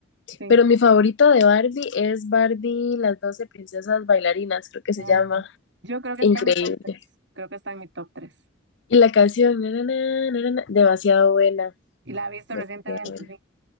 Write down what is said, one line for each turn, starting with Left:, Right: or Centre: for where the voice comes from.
Right: Sí.
Left: Pero mi favorita de Barbie es Barbie, las doce princesas bailarinas, creo que se
Right: Ah,
Left: llama.
Right: Yo creo que
Left: Increíble.
Right: está en mi top tres Creo que está en mi top tres
Left: Y la canción, na, na, na, na, na, demasiado buena.
Right: Y la he visto
Left: demasiado
Right: recientemente,
Left: buena.
Right: sí.